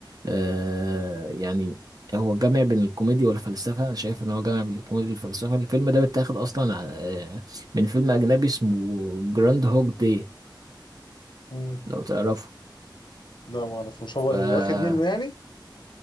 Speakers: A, on the right; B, on the left.
A: آه يعني هو جامع بين الكوميديا والفلسفة أنا شايف إن هو جامع بين الكوميديا والفلسفة الفيلم ده متاخد أصلا آه، من فيلم أجنبي اسمه جراند هوج داي
B: مم.
A: لو تعرفه
B: لا ما اعرفوش هو
A: ف
B: واخد منه يعني